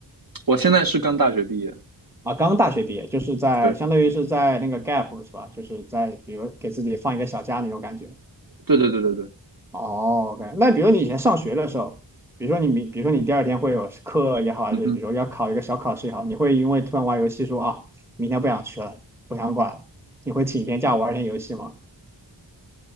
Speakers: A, on the right; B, in the centre.
A: 我现在是刚大学毕业，
B: 啊，刚大学毕业，就是在相当于是在那个
A: 对
B: gap 是吧？就是在比如给自己放一个小假那种感觉。
A: 对对对对对，
B: 哦，OK，那比如你以前上学的时候，比如说你明，比如说你第二天会有课也好，还是比如说要考一个小考试也好，
A: 嗯哼，
B: 你会因为突然玩游戏说啊，明天不想去了，不想管了你会请一天假玩一天游戏吗？